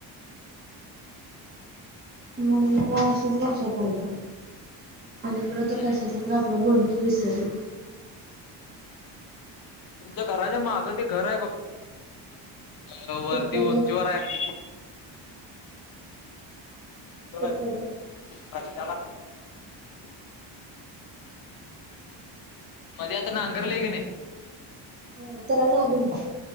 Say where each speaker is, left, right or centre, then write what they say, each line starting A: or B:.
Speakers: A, on the right; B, on the left.
A: मुला मला असच लक्षात आलतं. आणि परत
B: हम्म.
A: कशाच तर आपल्या बोलन विसरल <inaudible>
B: <inaudible> तुमच्या घराच्या मागं ते घर आहे बघ <inaudible> अ वरती
A: कसलं
B: उंचीवर
A: ग
B: आहे. <inaudible>
A: कुठं
B: <unintelligible>
A: रे?
B: मध्ये आता नांगरलेय कनाही
A: ह तेला लागूनच,